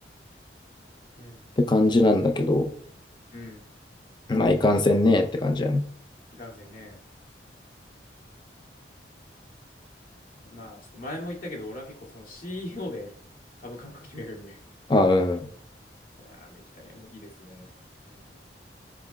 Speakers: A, on the left; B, on the left.
A: うん、
B: て感じなんだけど、
A: うん。
B: まあいかんせんねって感じやね。
A: いかんせんね。まあ、ちょっと前も言ったけど、俺は結構その CEO で株価を決めるんで、
B: あ、
A: ち
B: うん。
A: ああ、三木谷は無理ですね。うん、